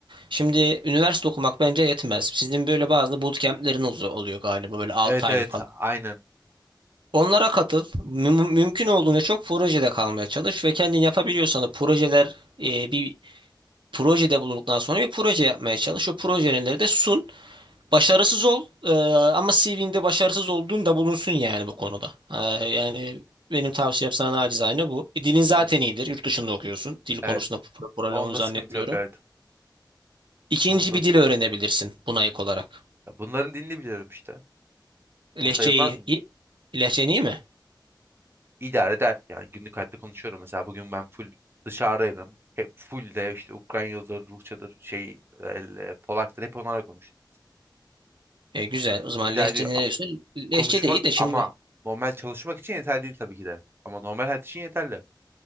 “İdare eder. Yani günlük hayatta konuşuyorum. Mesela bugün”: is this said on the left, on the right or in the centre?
Right